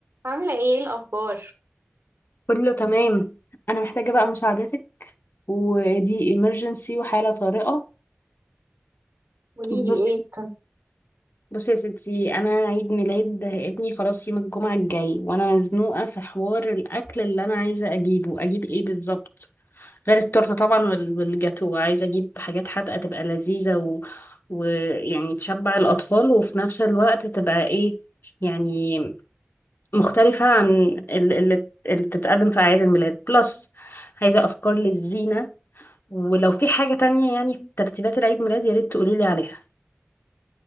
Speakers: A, on the right; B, on the left.
A: عاملة ايه الأخبار؟
B: كله تمام انا محتاجة بقى مساعدتك ودي emergency وحالة طارئة
A: قوليلي
B: بص
A: ايه التن
B: بص يا ستي انا عيد ميلاد ابني خلاص يوم الجمعة الجاي وانا مزنوقة في حوار الاكل اللي انا عايزة اجيبه اجيب ايه بالظبط غير التورتة طبعا وال- والجاتو عايزة اجيب حاجات حادقة تبقى لذيذة و... ويعني تشبع الاطفال وفي نفس الوقت تبقى ايه يعني مختلفة عن ال- اللي اللي بتتقدم في اعياد الميلاد بلس عايزة افكار للزينة ولو في حاجة تانية يعني في ترتيبات العيد ميلاد يا ريت تقولي لي عليها